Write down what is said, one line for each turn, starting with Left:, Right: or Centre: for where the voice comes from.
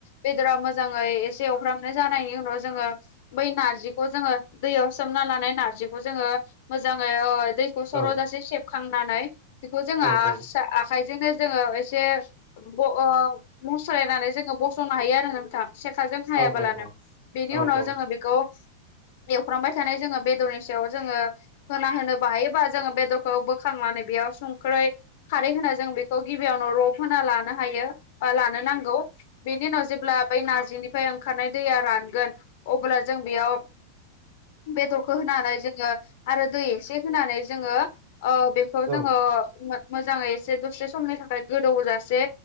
Left: बेदरा मोजाङै एसे एवफ्रामनाय जानायनि उनाव जोङो बै नारजिखौ जोङो दैयाव सोमना लानाय नारजिखौ जोङो मोजाङै दै सर'जासे
Right: औ
Left: सेबखांनानै बेखौ जोंहा
Right: औ औ
Left: आखायजोंनो जोङो एसे ब ओ मुस्रायनानै जोङो बस'नो हायो आरो नों थां सेखाजों हायाबालानो
Right: औ औ
Left: बेनि
Right: औ
Left: उनाव जोङो बेखौ एवफ्रामबाय थानाय जोङो बेदरनि सायाव जोङो होना होनोबा हायो बा जोङो बेदरखौ बोखांनानै बेयाव संख्रै खारै होनो जों बेखौ गिबियावनो रब होना लानो हायो बा लानो नांगौ। बेनि उनाव जेब्ला बै नारजिनिफ्राय ओंखारनाय दैया रानगोन अब्ला जों बेयाव बेदरखौ होनानै जोङो आरो दै एसे होनानै जोङो ओ बे खौ
Right: औ
Left: जोङो मोजाङै एसे दसे समनि थाखाय गोदौजासे